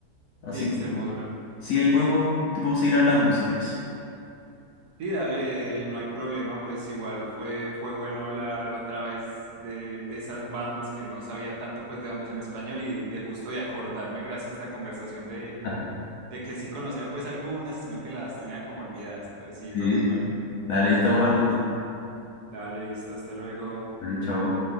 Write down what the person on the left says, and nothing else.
Así
que... Sí, ahí podemos, tipo, seguir hablando si quieres.
<laughs>
Sí,
sí,
sí. Dale, ahí estamos hablando.
Vale, chao.